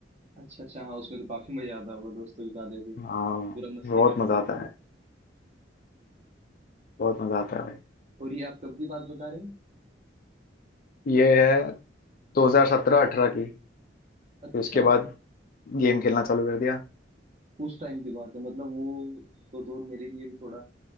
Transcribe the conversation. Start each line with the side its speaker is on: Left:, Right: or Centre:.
Right: अच्छा अच्छा हाँ उसमें तो काफी मजा आता होगा दोस्तों के साथ ऐसे
Left: हाँ
Right: पूरा मस्ती
Left: बहुत
Right: करना
Left: मजा
Right: एकदम
Left: आता है बहुत मजा आता है भाई
Right: और ये आप कब की बात बता रहे हैं
Left: ये है 2017-18 की फिर
Right: अच्छा
Left: उसके बाद गेम खेलना चालू कर दिया
Right: उस टाइम की बात है मतलब वो तो दौर मेरे लिए भी थोड़ा